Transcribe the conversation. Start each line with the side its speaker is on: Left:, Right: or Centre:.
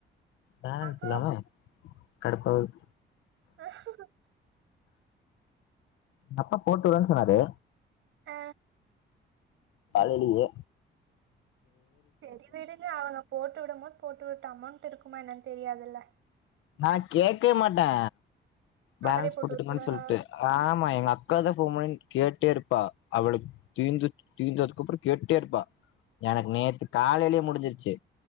Left: பாலத்துலா
Right: அப்புறோ
Left: கடுப்பாவுது
Right: அஹ்ஹஹா
Left: எங்கப்பா போட்டுவுட்றேனு சொன்னாரு
Right: ஆ
Left: காலேலயே
Right: செரி விடுங்க அவங்க போ ட்டு விடும் போது போட்டு விட்டு அமௌண்ட் இருக்குமான்னு தெரியாதுல்ல
Left: நா கேக்க மாட்டே பேலன்ஸ்
Right: அவரே போட்டு
Left: போட்டுடுங்கன்னு
Right: விட்டுருவாரா
Left: சொல்லிட்டு ஆமா எங்க அக்கா தா ஃபோன் பண்ணி கேட்டே இருப்பா அவளுக்கு தீந்து தீந்ததுக்கப்றோ கேட்டே இருப்பா எனக்கு நேத்து காலேலே முடிச் முடிஞ்சிருச்சு